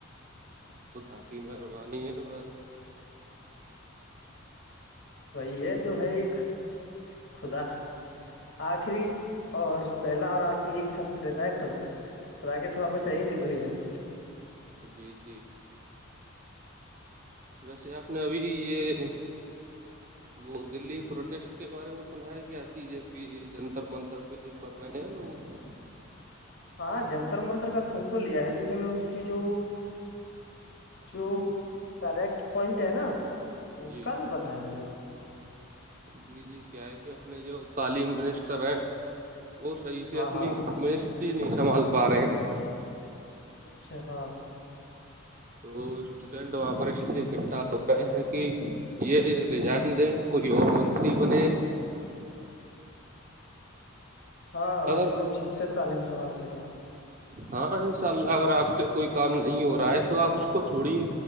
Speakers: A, on the right; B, on the left.
A: ختا کی مہربانی ہے بس
B: وہی یہ جو ہے ایک خدا آخری اور پہلا اور آخری یہ ہی شبد رہتا ہے خدا خدا کے سب آپ کو چاہیے نہیں دنیا میں
A: جی جی ویسے آپ نے ابھی یہ وہ دلی پروٹیسٹ کے بارے میں سنا ہے کہ بی جے پی جنتر منتر پہ جو کر رہے ہیں لوگ
B: ہاں جنتر منتر کا سن تو لیا ہے لیکن اس کی جو جو کریکٹ پوائنٹ ہے نا اس
A: جی
B: کا نہیں پتا ہے میرے کو
A: جی جی کیا ہے کہ اپنے جو تعلیم منسٹر ہیں وہ صحیح سے
B: ہاں
A: اپنی
B: ہاں
A: مسٹری نہیں سنبھال پا رہے ہیں
B: اچھا ہاں
A: تو اسٹوڈینٹ وہاں پر اس لیے اکٹھا ہو رہئے ہیں کہ یہ رجائن دیں کوئی اور منتری بنے
B: ہاں
A: اگر
B: جو ٹھیک سے تعلیم سنبھال سکے
A: ہاں ان شاء اللہ اگر آپ سے کوئی کام نہیں ہو رہا ہے تو آپ اس کو چھوڑیے